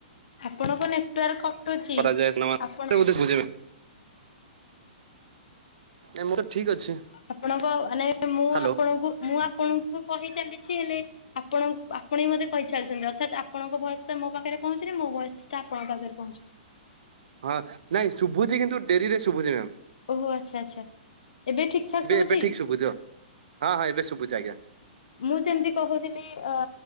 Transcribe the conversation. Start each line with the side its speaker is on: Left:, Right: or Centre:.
Left: ଆପଣଙ୍କ ନେଟୱାର୍କ। କଟୁଛି
Right: କରାଯାଏ ଦିନମାନ
Left: ଆପଣ
Right: <inaudible> ବୁଝେଇବ ଏ ମୁଁ ତ ଠିକ ଅଛି।
Left: ଆପଣଙ୍କ ମାନେ ମୁଁ
Right: ହ୍ୟାଲୋ
Left: ଆପଣଙ୍କୁ ମୁଁ ଆପଣଙ୍କୁ କହି ଚାଲି ହେଲେ ଆପଣ ଆପଣ ହି ମତେ କହିଚାଲିଛନ୍ତି। ଅର୍ଥାତ ଆପଣଙ୍କ ବୟସ ଟା ମୋ ପାଖରେ ପହଞ୍ଚୁନି ମୋ ବୟସ ଟା ଆପଣଙ୍କ ପାଖରେ ପହଞ୍ଚୁନି।
Right: ହଁ ନାଇଁ ଶୁଭୁଜ କିନ୍ତୁ ଡେରିରେ ଶଭୁ ଏବେ
Left: ଓହୋ ଆଚ୍ଛା ଆଚ୍ଛା ଏବେ ଠିକ୍ ଠାକ୍ ଶୁଭୁଛି?
Right: ଏବେ ଠିକ ଶୁଭୁଛ ହଁ ହଁ ଏବେ ଶୁଭୁଛି ଆ୍ଞା
Left: ମୁଁ ଯେମତି କହୁଥିଲି ଅ